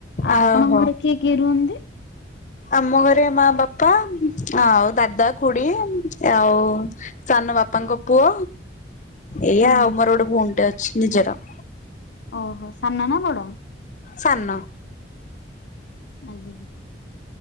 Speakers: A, on the left (about 40°); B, on the left (about 70°).
A: ଆହୋ।
B: ଆପଣଙ୍କ ଘରେ କିଏ କିଏ କିଏ ରୁହନ୍ତି?
A: ଆମ ଘରେ ମା ବାପା ଆଉ ଦାଦା ଖୁଡି ଆଉ ସାନ ବାପାଙ୍କ ପୁଅ ଏଇଆ
B: ହୁଁ।
A: ଆଉ ମୋର ଗୋଟେ ଭଉଣୀଟେ ଅଛି ନିଜର।
B: ଓହୋ ସାନ ନା ବଡ।
A: ସାନ।
B: ଆଜ୍ଞା।